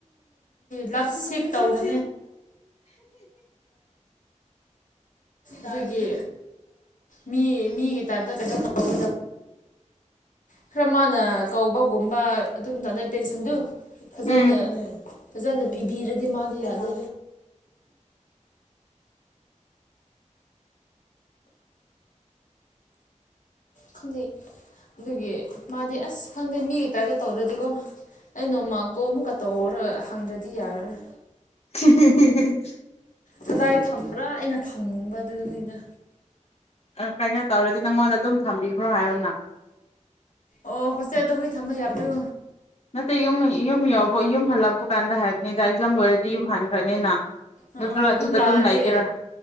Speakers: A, on the left (about 80°); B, on the left (about 50°).
A: ꯂꯕ ꯁꯦ ꯇꯧꯒ ꯑꯗꯨꯒꯤ ꯃꯤ ꯃꯤꯒꯤ ꯇꯥꯏꯇ ꯀꯩꯅꯣ ꯇ
B: <inaudible>
A: ꯈꯔ ꯃꯥꯅ ꯀꯧꯕꯒꯨꯝꯕ ꯑꯗꯨꯝꯇꯥꯗ ꯇꯦꯟꯁꯟꯗꯨ ꯐꯖꯅ
B: ꯎꯝ
A: ꯐꯖꯅ ꯄꯤꯕꯤꯔꯗꯤ ꯃꯥꯗꯤ ꯌꯥꯅꯤ
B: <unintelligible>
A: ꯈꯪꯗꯩ ꯑꯗꯨꯒꯤ ꯃꯥꯗꯤ ꯑꯁ ꯈꯪꯗꯦ ꯃꯤ ꯂꯩꯇꯒ ꯇꯧꯔꯗꯤꯀꯣ ꯑꯩ ꯅꯣꯡꯃ ꯀꯣ ꯑꯃꯨꯛꯀ ꯇꯧꯔ ꯍꯪꯗ꯭ꯔꯗꯤ ꯌꯥꯔꯔꯣꯏ
B: <unintelligible>
A: ꯀꯗꯥꯏ ꯊꯝꯕ꯭ꯔꯥ ꯑꯩꯅ ꯈꯪꯅꯤꯡꯕ ꯑꯗꯨꯅꯤꯗ
B: ꯑ ꯀꯩꯅꯣ ꯇꯧꯔꯗꯤ ꯅꯪꯉꯣꯟꯗ ꯑꯗꯨꯝ ꯊꯝꯕꯤꯈ꯭ꯔꯣ ꯍꯥꯏꯌꯅ
A: ꯑꯣ ꯍꯣꯁꯦ ꯑ ꯑꯗꯨꯣ ꯍꯨꯏ ꯊꯝꯕ ꯌꯥꯔꯁꯨ
B: ꯅꯠꯇꯦ ꯌꯨꯝ ꯌꯨꯝ ꯌꯎꯕ ꯌꯨꯝ ꯍꯜꯂꯛꯄ ꯀꯥꯟꯗ ꯍꯥꯏꯕꯅꯤꯗ ꯑꯦꯛꯖꯥꯝ ꯂꯣꯏꯔꯗꯤ ꯌꯨꯝ ꯍꯟꯈ꯭ꯔꯅꯤꯅ ꯅꯠꯇ꯭ꯔꯒ
A: ꯑꯥ ꯑꯥ
B: ꯑꯗꯨꯗ
A: ꯌꯨꯝ ꯂꯥꯛꯑꯗꯤ
B: ꯑꯗꯨꯝ ꯂꯩꯒꯦꯔꯥ